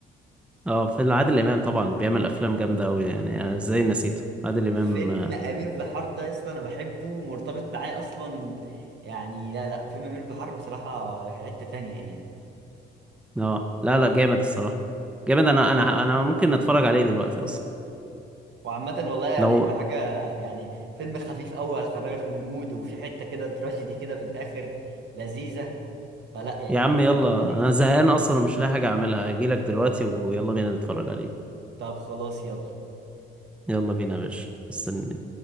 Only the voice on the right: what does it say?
فيلم امير بحار ده يا اسطى انا بحبه ومرتبط معايا اصلا يعني لا لا فيلم امير بحار بصراحه في حته تانية يعني
وعامة والله يعني
حاجة يعني فيلم خفيف أوي هيخرجك من المود وفي حتة كده تراجيدي كده في الآخر لذيذة فلا يعني
فيلم
لذيذ
طب خلاص يلا